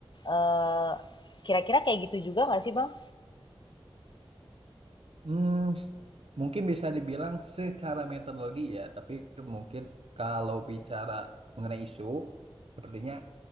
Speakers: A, on the left; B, on the right.
A: eh, kira-kira kayak gitu juga nggak sih, Bang?
B: Hmm, s- mungkin bisa dibilang secara metodologi ya, tapi mungkin kalau bicara mengenai isu, sepertinya